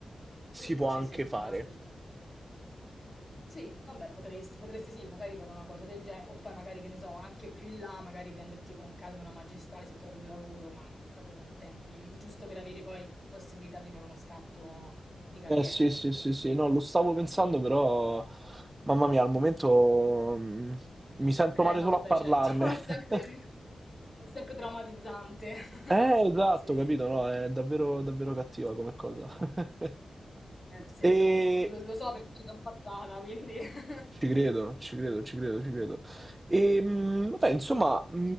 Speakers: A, on the right; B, on the left.
A: si
B: Sì,
A: può
B: sì,
A: anche
B: sì, sì,
A: fare.
B: il master sì. Sì, vabbè potresti potresti sì, magari fare una cosa del genere, o poi magari che ne so, anche più in là, magari prenderti con calma una magistrale se trovi un lavoro, ma proprio con tempi, mhmm, giusto per avere poi possibilità di fare uno scatto di carriera,
A: Eh sì, sì,
B: ecco.
A: sì, sì, no, lo stavo pensando, però mamma mia, al momento
B: Mh.
A: mm, mi sento
B: Eh
A: male
B: no,
A: solo
B: vabbè
A: a parlarne.
B: certo, <laughs>
A: <laughs>
B: è sempre è sempre traumatizzante.
A: Eh,
B: <laughs>
A: esatto,
B: Sì, eh
A: capito, no? È davvero, davvero cattiva come cosa. <laughs>
B: sì,
A: E,
B: no, no, lo lo so perché ci son passata, quindi. <laughs>
A: ci credo, ci credo, ci credo, ci credo. E, mh, vabbè, insomma, mh,